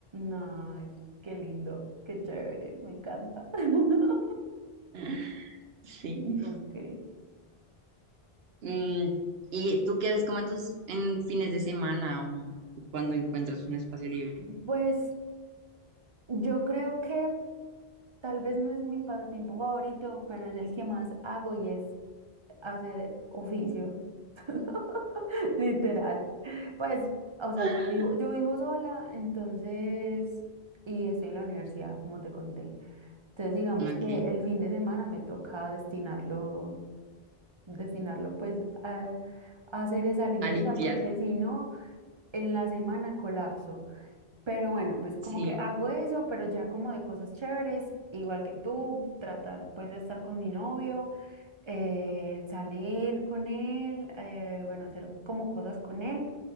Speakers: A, on the right; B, on the right.
A: Ay, qué lindo, qué chévere, me encanta. <laughs>
B: <laughs> Sí.
A: Ok.
B: Mm, ¿y tú qué haces como en tus en fines de semana o cuando encuentras un espacio libre?
A: Pues yo creo que tal vez no es mi pasatiempo favorito, pero es el que más hago y es hacer oficios. <laughs> Literal. Pues, o sea,
B: Ah,
A: yo vivo, yo vivo sola, entonces, y estoy en la universidad, como te conté. Entonces, digamos
B: Ok,
A: que el fin de semana me toca destinarlo, destinarlo pues a, a hacer esa limpieza,
B: a limpiar.
A: porque si no, en la semana colapso. Pero bueno, pues como
B: Sí,
A: que hago eso, pero ya como de cosas chéveres, igual que tú, tratar pues de estar con mi novio, eh, salir con él, eh, bueno, hacer como cosas con él.